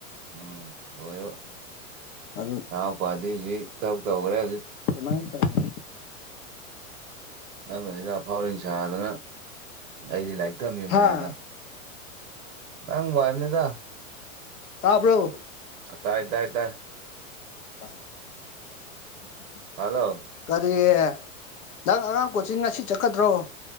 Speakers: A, on the right (about 70°); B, on the left (about 80°).
A: ꯎꯝ ꯑꯣꯏꯌꯣ
B: ꯑꯗꯨ
A: ꯅꯅꯥꯎꯄꯗꯤ ꯍꯧꯖꯤꯛ ꯊꯕꯛ ꯇꯧꯒ꯭ꯔꯦ ꯍꯧꯖꯤꯛ
B: ꯑꯗꯨꯃꯥꯏ ꯇꯧꯏ
A: ꯅꯪꯅ ꯁꯤꯗꯥ ꯑꯐꯥꯎꯑꯔꯤꯡ ꯁꯥꯗꯅ ꯑꯩꯗꯤ ꯂꯥꯏꯔꯤꯛ ꯇꯝꯃꯤꯝꯅꯦꯅ
B: ꯍꯥ
A: ꯅꯪꯕꯨ ꯍꯥꯏꯝꯅꯤꯗ
B: ꯇꯥꯕ꯭ꯔꯣ
A: ꯑꯥ ꯇꯥꯏ ꯇꯥꯏ ꯇꯥꯏ
B: ꯍ <inaudible>
A: ꯍꯥꯜꯂꯣ
B: ꯀꯔꯤꯌꯦ ꯅꯪ ꯑꯉꯥꯡ ꯀꯣꯆꯤꯡ ꯉꯁꯤ ꯆꯠꯀꯗ꯭ꯔꯣ